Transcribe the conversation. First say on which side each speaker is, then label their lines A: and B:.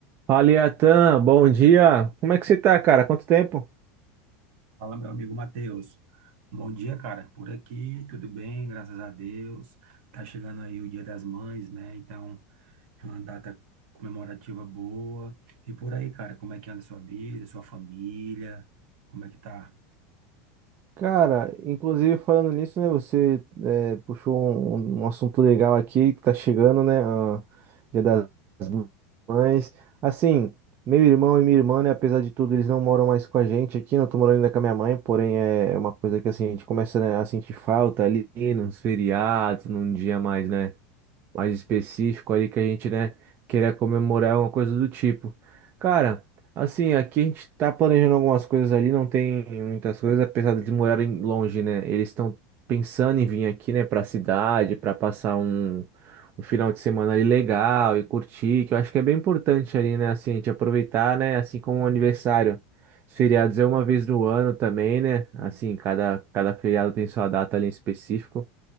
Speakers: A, on the right; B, on the right.
A: Fala, Iatan, bom dia. Como é que você tá, cara? Quanto tempo?
B: Fala, meu amigo Matheus. Bom dia, cara. Por aqui, tudo bem, graças a Deus. Tá chegando aí o Dia das Mães, né? Então, é uma data comemorativa boa. E por aí, cara, como é que anda a sua vida, sua família? Como é que tá?
A: Cara, inclusive falando nisso, né? Você eh, puxou um, um um assunto legal aqui que tá chegando, né? ah, Dia das Mães. Assim, meu irmão e minha irmã, né? Apesar de tudo, eles não moram mais com a gente aqui. Não tô morando ainda com a minha mãe, porém é é uma coisa que assim a gente começa, né, a sentir falta ali nos feriados, num dia mais, né? mais específico ali que a gente, né, queira comemorar alguma coisa do tipo. Cara, assim, aqui a gente tá planejando algumas coisas ali, não tem muitas coisas, apesar de eles morarem longe, né? Eles estão pensando em vir aqui, né, pra cidade, pra passar um, um final de semana ali legal e curtir, que eu acho que é bem importante ali, né, assim, a gente aproveitar, né, assim como o aniversário. Os feriados é uma vez no ano também, né? Assim,
B: Hum.
A: cada, cada feriado tem sua data ali em específico.